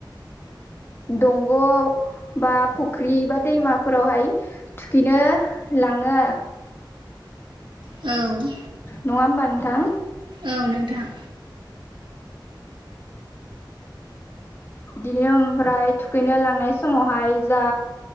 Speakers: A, on the left; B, on the right.
A: दंग' बा फुख्रि बा दैमाफोरावहाय थुखैनो लाङो।
B: औ।
A: नङा होमबा नोंथां।
B: औ नोंथां
A: बिदिनो ओमफ्राय थुखैनो लांनाय समावहाय जा